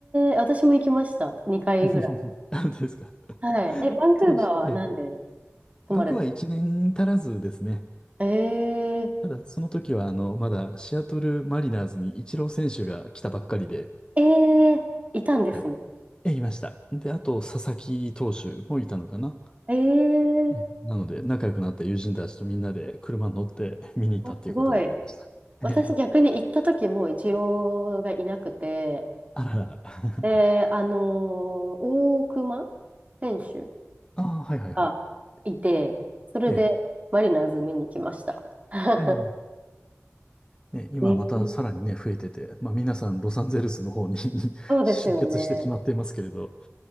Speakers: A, on the right (about 30°); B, on the left (about 20°).
A: ー、私も行きました。2回ぐらい。
B: <laughs> あ本当ですか。
A: はい。え、バンクーバーはなんで
B: そうです。ええ、
A: 住まれた
B: バンクーバー1年足らずですね。
A: えー、
B: ただ、その時は、あの、まだシアトルマリナーズにイチロー選手が来たばっかりで、
A: えー、いたんですね。
B: はい。ええ、いました。で、あと、佐々木投手もいたのかな。
A: えー、
B: ええ、なので、仲良くなった友人たちとみんなで車に乗って見に行ったっていうことがありました。
A: あ、すごい。私逆に行った時もイチローがいなくて、
B: ええ、あららら。
A: で、
B: <laughs>
A: あのー大熊選手
B: ああ、はいはいはい。
A: がいて、それでマリナーズ見に行きました。
B: ええ。
A: <laughs>
B: うん。ね、今またさらにね、
A: ね
B: 増えてて、まあ皆さんロサンゼルスの方に <laughs>
A: そうですよね。
B: 集結してしまっていますけれど、